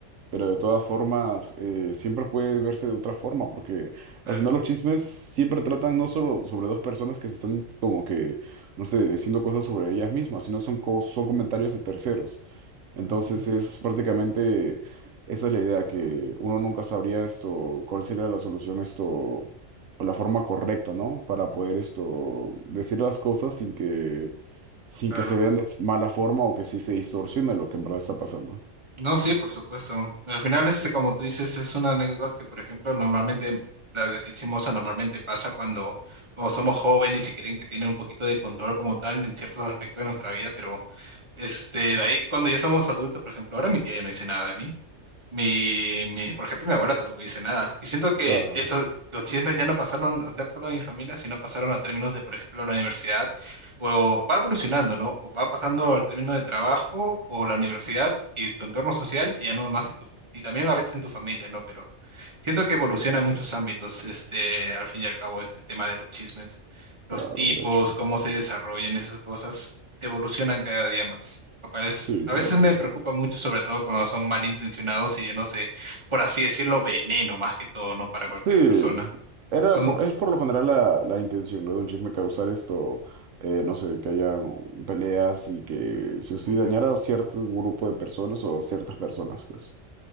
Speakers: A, on the right; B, on the right.
A: pero de todas formas eh, siempre puede verse de otra forma, porque
B: claro.
A: al final los chismes siempre tratan no solo sobre dos personas que se están como que, no sé, diciendo cosas sobre ellas mismas, sino son, co- son comentarios de terceros. Entonces
B: Ujú.
A: es prácticamente, esa es la idea, que uno nunca sabría esto, cuál sería la solución esto, o la forma correcta, ¿no? Para poder esto, decir las cosas sin que, sin
B: Claro.
A: que se vean de mala forma o que sí se distorsione lo que en verdad está pasando.
B: No, sí, por supuesto. Al final, este, como tú dices, es una anécdota que, por ejemplo, normalmente la de chismosa normalmente pasa cuando, cuando somos jóvenes y creen que tienen un poquito de control como tal en ciertos aspectos de nuestra vida, pero este, de ahí cuando ya somos adultos, por ejemplo, ahora mi tía ya no dice nada de mí. Mi, mi, por ejemplo, mi abuela tampoco dice nada. Y siento que
A: Claro,
B: esos, los chismes ya no pasaron a ser solo de mi familia, sino pasaron a términos de, por ejemplo, la universidad. O va evolucionando, ¿no? O va pasando al término de trabajo o la universidad y tu entorno social y ya no más en tu, y también a veces en tu familia, ¿no? Pero siento que evoluciona en muchos ámbitos, este, al fin y al cabo, este tema de los chismes, los
A: claro,
B: tipos,
A: de hecho.
B: cómo se desarrollan esas cosas evolucionan cada día más, lo cual es,
A: Sí,
B: a veces
A: la verdad.
B: me preocupa mucho, sobre todo cuando son malintencionados y llenos de, por así decirlo, veneno más que todo, ¿no? Para cualquier
A: Sí,
B: persona.
A: era
B: Cuando-
A: por, es por lo general la, la intención, ¿no? De un chisme causar esto, eh, no sé, que haya peleas y que sí o sí
B: Ujú.
A: dañara a cierto grupo de personas o ciertas personas, pues.